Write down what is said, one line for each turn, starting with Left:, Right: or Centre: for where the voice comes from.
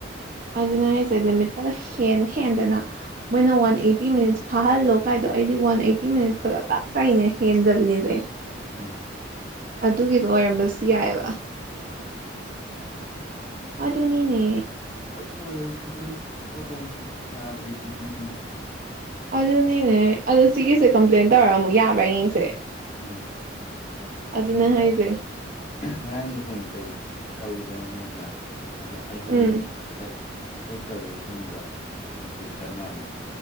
Right: ꯑꯗꯨꯅꯦ ꯍꯥꯏꯁꯦ ꯂꯤꯃꯤꯠꯇꯨꯗ ꯍꯦꯟ ꯍꯦꯟꯗꯅ
Left: ꯎꯝ
Right: ꯃꯣꯏꯅ ꯋꯥꯟ ꯑꯩꯠꯇꯤ ꯃꯤꯅꯤꯠ ꯐꯥꯍꯜꯂꯣ ꯀꯥꯏꯗꯣ ꯑꯩꯗꯤ ꯋꯥꯟ ꯑꯩꯠꯇꯤ ꯃꯤꯅꯠ ꯀꯗꯣ ꯇꯞ ꯇꯥꯏꯅꯤ ꯍꯦꯟꯖꯜꯂꯤꯁꯦ
Left: ꯎꯝ
Right: ꯑꯗꯨꯒꯤꯗꯣ ꯑꯣꯏꯔꯝꯕꯁꯨ ꯌꯥꯏꯑꯦꯕ
Left: ꯑꯣꯏꯔꯝꯃꯅꯤ
Right: ꯑꯗꯨꯅꯤꯅꯦ
Left: ꯑꯣꯏ ꯁꯤꯗ ꯇꯧꯐꯝ ꯌꯥꯗ꯭ꯔꯤꯁꯤꯅꯤꯅꯦ
Right: ꯑꯗꯨꯅꯤꯅꯦ ꯑꯗꯨ ꯁꯤꯒꯤꯁꯦ ꯀꯝꯄ꯭ꯂꯦꯟ ꯇꯧꯔꯒ ꯑꯃꯨꯛ ꯌꯥꯕ꯭ꯔꯥ ꯌꯦꯡꯁꯦ
Left: ꯎꯝ
Right: ꯑꯗꯨꯅ
Left: <unintelligible>
Right: ꯍꯥꯏꯁꯦ
Left: ꯉꯔꯥꯡꯒꯤ ꯐꯣꯟ ꯀꯩ ꯇꯧꯋꯤꯗꯅ ꯅꯉꯣꯟꯗ ꯑꯗꯣ ꯑꯅꯤꯑꯝ
Right: ꯎꯝ
Left: ꯆꯠꯇꯕꯗꯣ ꯁꯣꯝꯗ ꯔꯤꯖꯦꯛ ꯆꯠ ꯃꯥꯜꯂꯦ